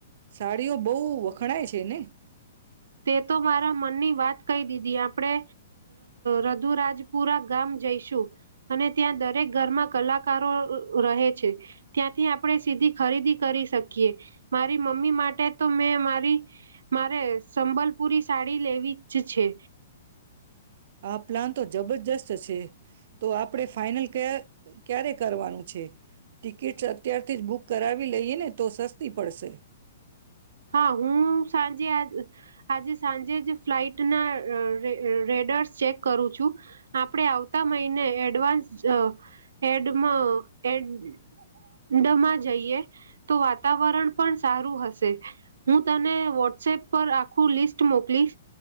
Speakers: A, on the right; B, on the right.
A: સાડીઓ બહુ વખણાય છે ને?
B: તે તો મારા મનની વાત કહી દીધી આપ આપણે, રધુરાજપુરા ગામ જઈશું, અને ત્યાં દરેક ઘરમાં કલાકારો રહે છે, ત્યાંથી આપણે સીધી ખરીદી કરી શકીએ, મારી મમ્મી માટે તો મેં મારી, મારે સંબલપુરી સાડી લેવી જ છે.
A: આ પ્લાન તો જબરજસ્ત છે, તો આપણે ફાઈનલ ક્યારે કરવાનું છે, ટિકિટસ અત્યારથી જ બુક કરાવી લઈએ ને તો સસ્તી પડશે.
B: હા હું સાંજે આ આજે સાંજે જ ફ્લાઇટના રેડર્સ ચેક કરું છું, આપણે આવતા મહિને એડવાન્સ, એડમાં એડમાં જઈએ, તો વાતાવરણ પણ સારું હશે. હું તને વોટ્સએપ પર આખું લિસ્ટ મોકલીશ,